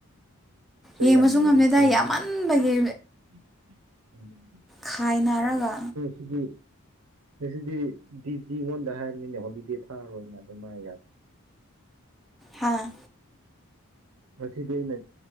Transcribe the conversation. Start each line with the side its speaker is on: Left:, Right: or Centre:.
Right: ꯆꯩ
Centre: ꯌꯦꯡꯕꯁꯨ
Right: ꯌꯥꯝ ꯅꯤꯕ
Centre: ꯉꯝꯃꯦꯗꯥꯏ
Right: ꯐ꯭ꯔꯦꯟꯅꯦ
Centre: ꯌꯥꯝꯃꯟꯕꯒꯤ
Right: <inaudible>
Centre: ꯈꯥꯏꯅꯔꯒ
Right: ꯁꯤꯗꯤ ꯉꯁꯤꯗꯤ ꯗꯤꯖꯤꯉꯣꯟꯗ ꯍꯥꯏꯕꯅꯤꯅꯦ ꯍꯣꯂꯤꯗꯦ ꯊꯥꯔꯣꯏꯅ ꯑꯗꯨ ꯃꯥ ꯌꯥꯗꯦ
Centre: ꯍꯥꯥ
Right: ꯉꯁꯤꯗꯤ ꯑꯩꯅ